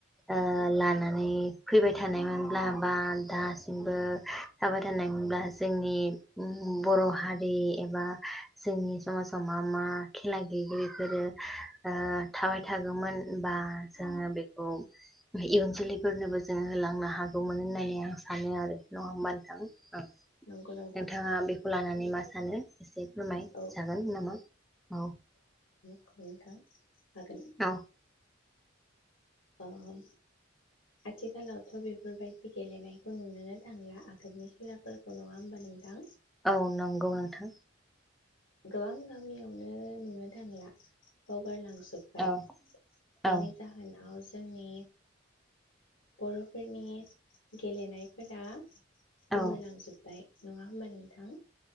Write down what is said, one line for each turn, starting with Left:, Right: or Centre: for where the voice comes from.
Centre: ओ लानानै फैबाय थानायमोनब्ला बाल, दासिमबो थाबाय थानायमोनब्ला जोंनि बर' हारि बे एबा जोंनि समाजाव मा मा खेला गैयै इफोरो। ओ थाबाय थाग मोनगौमोन बा, जोङो बेखौ इयुन जोलैफोरनोबो जोङो होलांनो हागौमोन होननानै होननानै आं सानो आरो नङा होमबा नोंथां।
Left: नंगौ नोंथां
Centre: नोंथाङा बे खौ लानानै मा सानो एसे फोरमायजागोन
Left: औ
Centre: नामा औ।
Left: हागोन नोंथां। हागोन।
Centre: औ
Left: ओ ओम आथिखालावथ' बेफोरबायदि गेलेनायखौ नुनोनो थांला आगोलनि खेलाफोरखौ नङा होमबा नोंथां।
Centre: औ नंगौ नोंथां।
Left: गोबां गामियावनो नुनो थांला बावगारलां जोबबाय
Centre: औ औ
Left: बेनि जाहोनाव जोंनि बर'फोरनि गेलेनायफोरा
Centre: औ
Left: गोमोरलांजोब्बाय। नङा होमबा नोंथां।